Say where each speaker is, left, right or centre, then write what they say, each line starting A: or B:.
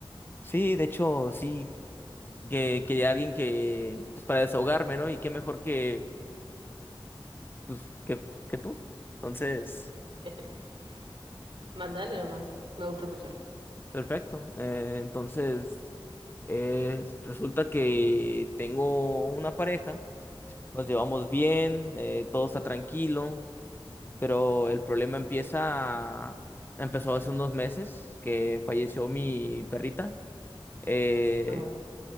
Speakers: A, on the left (about 20°); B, on the right (about 65°).
A: sí, de hecho, sí, que quería alguien que, pues para desahogarme, ¿no? Y qué mejor que, pues, que, que tú. Entonces,
B: <laughs> Mandale nomás, me gusta escuchar.
A: perfecto. Eh, entonces, eh, resulta que tengo una pareja, nos llevamos bien, eh, todo está tranquilo, pero el problema empieza, empezó hace unos meses que falleció mi perrita. Eh,
B: Oh,